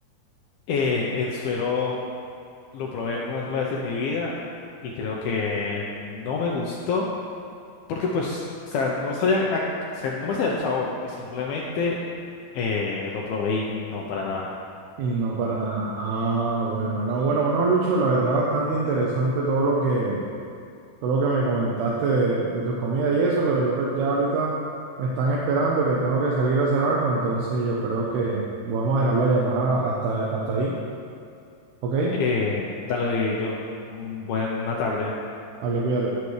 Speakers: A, on the left (about 75°); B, on the right (about 75°).
A: Eh, el suero lo probé una sola vez en mi vida y creo que no me gustó. porque pues, o sea, no sabía, a- o sea, no me sabía su sabor y simplemente eh, lo probé y no, para nada.
B: Y no, para nada. Ah, bueno, no, bueno, bueno, Lucho, la verdad bastante interesante todo lo que, todo lo que me comentaste de, de tus comidas y eso, pero yo creo- ya ahorita me están esperando que tengo que salir a hacer algo, entonces yo creo que vamos a dejar la llamada hasta, hasta ahí. ¿Ok?
A: Eh, dale, John, mm, buena tarde.
B: Hable, cuídate.